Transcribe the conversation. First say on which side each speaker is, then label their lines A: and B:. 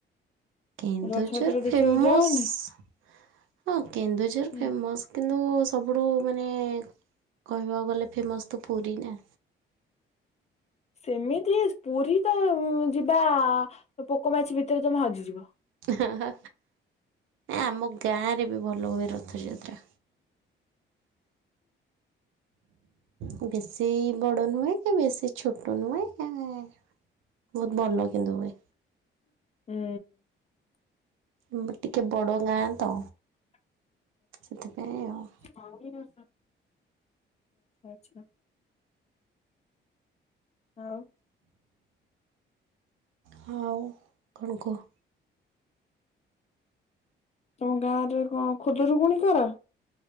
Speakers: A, on the right; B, on the left.
A: କେନ୍ଦୁଝର
B: ରଥଯାତ୍ରା
A: ଫେମସ୍
B: ଦେଖିବାକୁ ଯାଅନି?
A: ହଁ କେନ୍ଦୁଝର
B: ହୁଁ।
A: ଫେମସ୍। କିନ୍ତୁ ସବୁଠୁ ମାନେ କହିବାକୁ ଗଲେ ଫେମସ୍ ତ ପୁରୀ ନା।
B: ସେମିତି ପୁରୀ ତ ଉଁ ଯିବା ପୋକ ମାଛି ଭିତେରେ ତମେ ହଜିଯିବ।
A: ଇ ହା ହା ଆମ ଗାଁରେ ବି ଭଲ ହୁଏ ରଥଯାତ୍ରା। କୁ ବେଶୀ ବଡ ନୁହେଁ କି ବେଶୀ ଛୋଟ ନୁହେଁ ଆଁ। ବୋହୁତ ଭଲ କିନ୍ତୁ ହୁଏ।
B: ହୁଁ।
A: ଆମର ଟିକେ ବଡ ଗାଁ ତ ସେଥିପାଇଁ ଆଉ।
B: ଆଚ୍ଛା ଆଚ୍ଛା। ଆଉ
A: ହଉ କଣ କୁହ।
B: ତମ ଗାଁରେ କଁ ଖୁଦୁରୁକୁୁଣି କର।